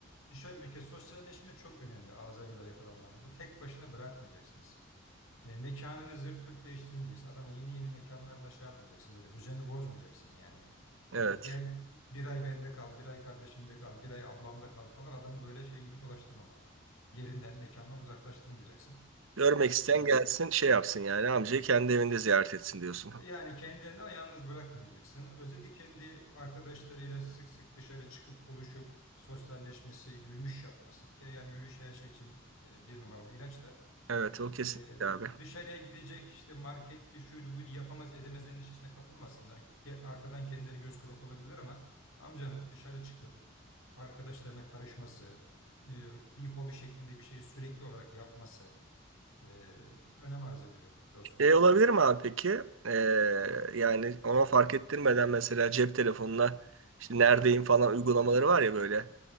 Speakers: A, on the left (about 80°); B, on the right (about 70°).
A: dışarı bir kez sosyalleşme çok önemli Alzheimer'a yakalananlarda. Tek başına bırakmayacaksınız. E, mekanını zırt pırt değiştirmeyeceksin. Adama yeni yeni mekanlarla şey yapmayacaksın. Böyle düzeni bozmayacaksın yani. E,
B: evet.
A: gel bir ay bende kal, bir ay kardeşimde kal, bir ay ablamda kal falan. Adamı böyle şey gibi dolaştırmama. Yerinden, mekandan uzaklaştırmayacaksın.
B: Görmek isteyen
A: Bir kere.
B: gelsin şey yapsın yani amcayı kendi evinde ziyaret etsin diyorsun.
A: Yani kendini ama yalnız bırakmayacaksın. Özellikle kendi arkadaşlarıyla sık sık dışarı çıkıp buluşup sosyalleşmesi, yürüyüş yapması. Bir kere yani yürüyüş her şey için e, bir numaralı ilaç da.
B: Evet o kesinlikle
A: Ee,
B: abi.
A: dışarıya gidecek işte marketli şuydu buydu yapamaz edemez endişesine kapılmasınlar. Ge- Arkadan kendileri göz kulak olabilirler ama amcanın dışarı çıkıp arkadaşlarına karışması, bir, bir hobi şeklinde bir şeyi sürekli olarak yapması e, önem arz ediyor dostum.
B: Şey olabilir mi abi peki? Ee, yani ona fark ettirmeden mesela cep telefonuna işte neredeyim falan uygulamaları var ya böyle.